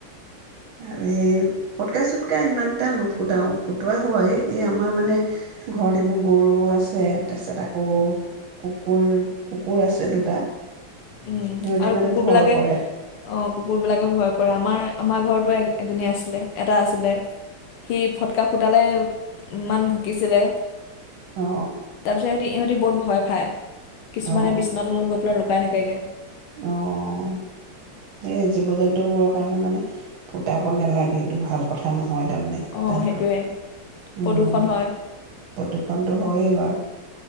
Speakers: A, on the right (about 70°); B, on the left (about 80°).
A: আৰু সেই ফটকা চটকা ইমান এটা নুফুটাও ফুটোৱা হয়। এই আমাৰ মানে ঘৰত এইবোৰ গৰু আছে, তাৰ পিছত আকৌ কুকুৰ, কুকুৰ আছে দুটা।
B: উম
A: সিহঁতি
B: আৰু
A: মানে
B: কুকুৰ
A: ভয়
B: বিলাকে
A: কৰে
B: অ', কুকুৰ বিলাকে ভয় কৰে আমাৰ। আমাৰ ঘৰতো এগ এজনী আছিলে, এটা আছিলে সি ফটকা ফুটালে ইমান ভুকিছিলে।
A: অ'।
B: তাৰপিছত সিহঁতি, ইহঁতি বহুত ভয় খায়। কিছুমানে
A: অ
B: বিচনা তলত গৈ লুকাই থাকেগে।
A: অ', এই জীৱ জন্তুবোৰৰ কাৰণে মানে ফুটাব নালাগে। এইটো ভাল কথা ন হয় তাৰমানে
B: অঁ
A: তাহাঁতৰ
B: সেইটোৱে প্ৰদূষণ
A: উম'প্ৰদূষণটো
B: হয়
A: হয়েই বাৰু।